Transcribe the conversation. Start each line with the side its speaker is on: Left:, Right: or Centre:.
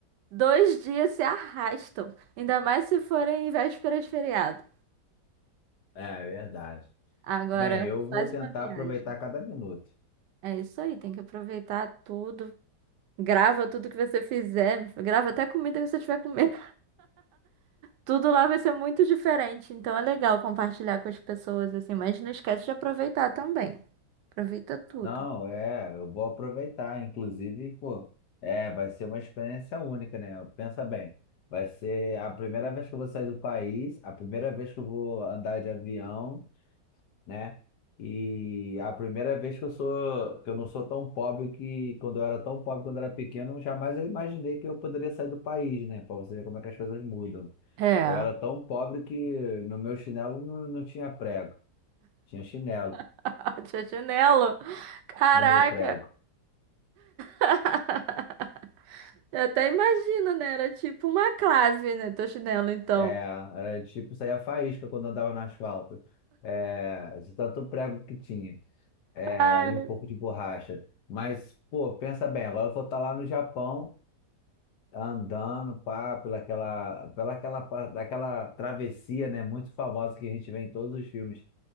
Right: dois dias se arrastam. Ainda mais se forem em véspera de feriado.
Left: É, é verdade.
Right: Agora,
Left: Bem, eu vou
Right: faz
Left: tentar
Right: uma viagem.
Left: aproveitar cada minuto.
Right: É isso aí, tem que aproveitar tudo. Grava tudo que você fizer. Grava até a comida que você tiver comendo. Tudo lá vai ser muito diferente, então é legal compartilhar com as pessoas assim, mas não esquece de aproveitar também. Aproveita tudo.
Left: Não, é, eu vou aproveitar. Inclusive, pô, é, vai ser uma experiência única, né? Pensa bem, vai ser a primeira vez que eu vou sair do país, a primeira vez que eu vou andar de avião, né? E a primeira vez que eu sou, que eu não sou tão pobre que quando eu era tão pobre quando eu era pequeno, jamais eu imaginei que eu poderia sair do país, né? Pra você ver como é que as coisas mudam.
Right: É.
Left: Eu era tão pobre que no meu chinelo não, não tinha prego, tinha chinelo
Right: <laughs> Tia Chinelo, caraca,
Left: no meu prego.
Right: <laughs> eu até imagino, né? Era tipo uma clave, né? Tia Chinelo, então.
Left: É, era tipo, saía faísca quando andava no asfalto. É, de tanto prego que tinha. É,
Right: Ai,
Left: e um pouco de borracha. Mas, pô, pensa bem, agora eu vou estar lá no Japão, andando, pá, pelaquela, pelaquela, pa- daquela travessia, né, muito famosa que a gente vê em todos os filmes,